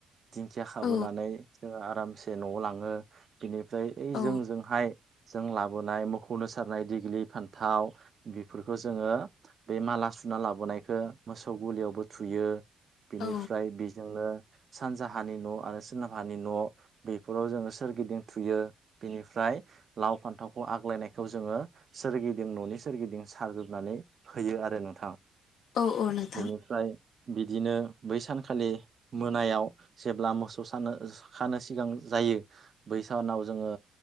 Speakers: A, on the right; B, on the left.
A: दिंखिया खाबोनानै
B: औ
A: जोङो आरामसे न'आव लाङो बिनिफ्राय ओइ
B: औ
A: जोंजोंहाय जों लाबोनाय मोखौनो सारनाय दिग्लि फान्थाव बेफोरखौ जोङो बे माला सुना लाबोनायखो मोसौ गलियावबो थुयो बेनिफ्राय
B: औ
A: बेजोंनो सानजाहानि न' आरो सोरोनाबहानि न' बेफोराव जोङो सोरगिदिं थुयो बेनिफ्राय लाव फान्थावखौ आग्लायनायखौ जोङो सोरगिदिं न'नि सोरगिदिं सारजोबनानै होयो आरो नोंथां
B: औ नोंथां
A: बेनिफ्राय बिदिनो बै सानखालि मोनायाव जेब्ला मोस सानो खानो सिगां जायो बैसानाव जोङो